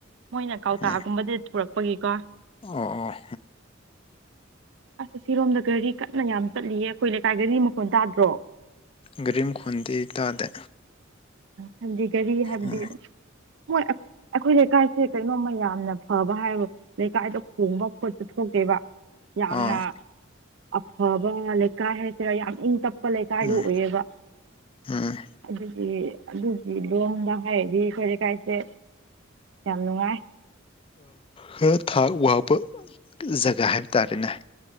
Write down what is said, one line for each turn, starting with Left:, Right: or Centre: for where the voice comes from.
Right: ꯃꯣꯏꯅ ꯀꯥꯎ ꯇꯥꯒꯨꯝꯕꯗꯤ
Left: ꯎꯝ
Right: ꯄꯨꯔꯛꯄꯒꯤꯀꯣ
Left: ꯑꯣ ꯑꯣ ꯎꯝ
Right: ꯑꯁ ꯑꯁꯤꯔꯣꯝꯗ ꯒꯥꯔꯤ ꯀꯟꯅ ꯌꯥꯝ ꯆꯠꯂꯤꯌꯦ ꯑꯩꯈꯣꯏ ꯂꯩꯀꯥꯏ ꯒꯥꯔꯤ ꯃꯈꯣꯟꯜ ꯇꯥꯗ꯭ꯔꯣ
Left: ꯒꯔꯤ ꯒꯈꫭꯟꯗꯤ ꯇꯥꯗꯦ
Right: ꯍꯥꯏꯕꯗꯤ ꯒꯥꯔꯤ ꯍꯥꯏꯕꯗꯤ
Left: ꯎꯝ
Right: <unintelligible> ꯑꯩꯈꯣꯏ ꯂꯩꯀꯥꯏꯁꯦ ꯀꯩꯅꯣꯝꯃ ꯌꯥꯝꯅ ꯐꯕ ꯍꯥꯏꯕꯨ ꯂꯩꯀꯥꯏꯗ ꯈꯣꯡꯕ ꯈꯣꯠꯄ ꯊꯣꯛꯀꯦꯕ ꯌꯥꯝꯅ
Left: ꯑꯥ
Right: ꯑꯐꯕ ꯂꯩꯀꯥꯏ ꯍꯥꯏꯁꯤꯔ ꯌꯥꯝ ꯏꯪ ꯇꯞ ꯄ ꯂꯩꯀꯥꯏꯗꯨ
Left: ꯎꯝ
Right: ꯑꯣꯏꯌꯦꯕ
Left: ꯎꯝ
Right: <inaudible> ꯑꯗꯨꯒꯤ ꯂꯣꯡꯗ ꯍꯥꯏꯔꯗꯤ ꯑꯩꯈꯣꯏ ꯂꯩꯀꯥꯏꯁꯦ ꯌꯥꯝ ꯅꯨꯡꯉꯥꯏ
Left: ꯈꯔ ꯊꯥꯛ ꯋꯥꯡꯕ ꯖꯒꯥ ꯍꯥꯏꯕ ꯇꯥꯔꯦꯅꯦ